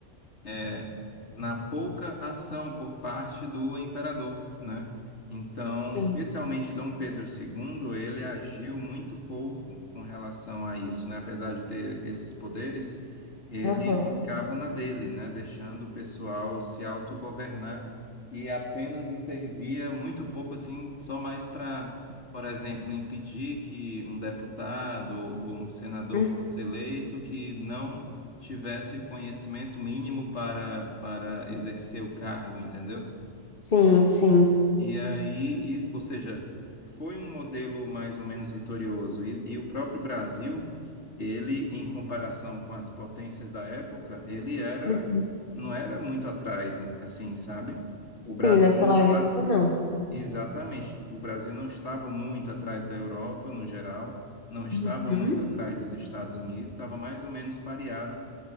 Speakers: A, on the left (about 60°); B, on the left (about 45°).
A: é, na pouca ação por parte do imperador, né? Então,
B: sim,
A: especialmente Dom Pedro II, ele agiu muito pouco com relação a isso, né? Apesar de ter esses poderes, ele
B: aham,
A: ficava na dele, né? Deixando o pessoal se autogovernar e apenas intervia muito pouco, assim, só mais para, por exemplo, impedir que um deputado ou um senador
B: uhum,
A: fosse eleito que não tivesse o conhecimento mínimo para, para exercer o cargo, entendeu?
B: sim, sim,
A: E aí, e- ou seja, foi um modelo mais ou menos vitorioso. E, e o próprio Brasil, ele, em comparação com as potências da época, ele era,
B: uhum,
A: não era muito atrás, em- assim, sabe? O
B: sim,
A: Brasil
B: naquela
A: não está,
B: época não.
A: exatamente, o Brasil não estava muito atrás da Europa, no geral, não estava
B: Uhum,
A: muito atrás dos Estados Unidos, estava mais ou menos pareado